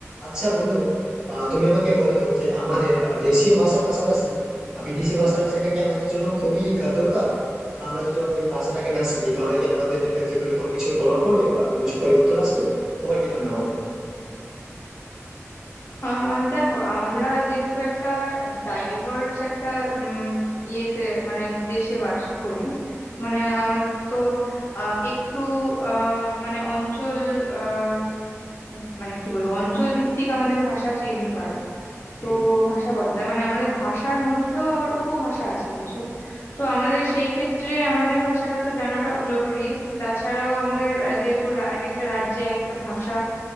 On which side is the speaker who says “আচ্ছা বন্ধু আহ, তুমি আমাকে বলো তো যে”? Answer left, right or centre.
Right